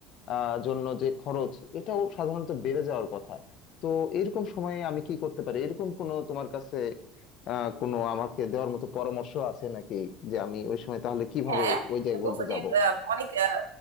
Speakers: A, on the left; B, on the right.
A: আহ জন্য যে খরচ এটাও সাধারণত বেড়ে যাওয়ার কথা তো এরকম সময়ে আমি কি করতে পারি এরকম কোনো তোমার কাছে আহ কোনো আমাকে দেওয়ার মতো পরামর্শ আছে নাকি যে আমি ওই সময় তাহলে কিভাবে
B: হ্যাঁ
A: ওই
B: তুমি
A: জায়গাগুলোতে
B: বলছো
A: যাব
B: যে আহ, অনেক আহ,